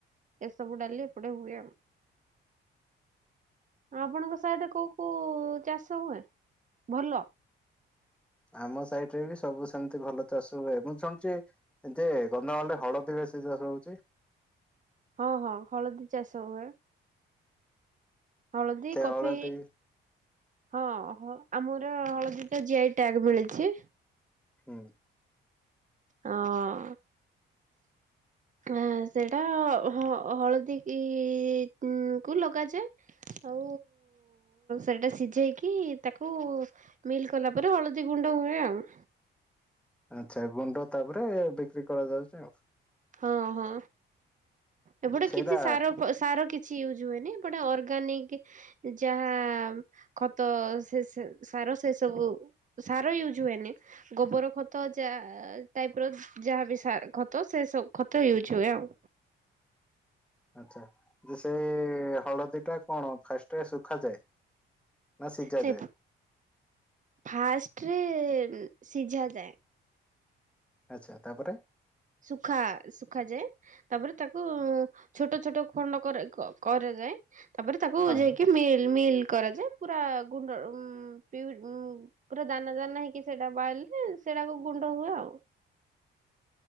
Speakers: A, on the right; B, in the centre.
A: ଏସବୁ ଡାଲି ଏପଟେ ହୁଏ ଆଉ। ଆପଣଙ୍କ ସାହିଡ କୋଉ କୋଉ ଚାଷ ହୁଏ ଭଲ?
B: ଆମ ସାଇଡରେ ବି ସବୁ ସେମିତି ଭଲ ଚାଷ ହୁଏ ମୁଁ ଶୁଣିଛି ଏତି ଗନ୍ଧାଳରେ ହଳଦୀ ବେଶୀ ଚାଷ ହଉଛି।
A: ହଁ ହଁ ହଳଦୀ ଚାଷ ହୁଏ। ହଳଦୀ
B: ସେ
A: କଫି
B: ହଳଦୀ
A: ହଁ ହଁ ଆମର ହଳଦୀ ତ ଜି ଟ୍ୟାଗ ମିଳିଛି।
B: ହୁଁ।
A: ହଁ। ଆ ସେଇଟା ହ ହଳଦୀକୁ ଲଗାଯାଏ। ଆଉ ସେଟା ସିଝେଇକି ତାକୁ ମିଲ୍ କଲା ପରେ ହଳଦୀ ଗୁଣ୍ଡ ହୁଏ ଆଉ।
B: ଆଛା ଗୁଣ୍ଡ ତାପରେ ବିକ୍ରି କରାଯାଉଛି ଆଉ
A: ହଁ ହଁ ଏପଟେ
B: ସେଇଟା
A: କିଛି ସାର ସାର କିଛି କିଛି ୟୁଜ୍ ହୁଏନି ବଟ ଅର୍ଗାନିକ୍ ଯାହା ଖତ ସେ ସାର ସେ ସବୁ ସାର ୟୁଜୁ ହୁଏନି। ଗୋବର ଖତ ଯାହା ଟାଇପର ଯାହା ବି ଖତ ସେ ସୁ ଖତ ୟୁଜ୍ ହୁଏ ଆଉ।
B: ଆଛା ଯେ ସେଇ ହଳଦୀ ଟା କଣ ଫାଷ୍ଟରେ ଶୁଖାଯାଏ। ନା ସିଝା
A: ସେ
B: ଯାଏ।
A: ଫାଷ୍ଟରେ ସିଝା ଯାଏ।
B: ଆଚ୍ଛା ତାପରେ
A: ସୁଖା, ସୁଖାଯାଏ। ତାପରେ ତାକୁ ଛୋଟ ଛୋଟ ଖଣ୍ଡ କରା କରାଯାଏ। ତାପରେ ତାକୁ
B: ହଁ
A: ଯାଇକି ମିଲ୍ ମିଲ୍ କରାଯାଏ, ପୁରା ଗୁଣ୍ଡ ପିଉ ପୁରା ଦାନା ଦାନା ହେଇକି ସେଇଟା ବାହାରିଲେ, ସେଇଟାକୁ ଗୁଣ୍ଡ ହୁଏ ଆଉ।